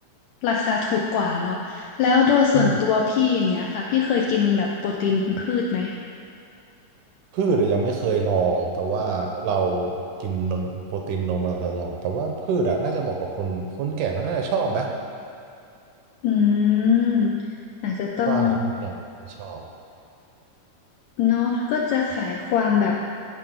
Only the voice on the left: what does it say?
ราคาถูกกว่าเนาะแล้วโดยส่วนตัวพี่อย่างเงี้ยค่ะพี่เคยกินแบบโปรตีนพืชไหม
อืมอาจจะต้อง
เนาะก็จะขายความแบบ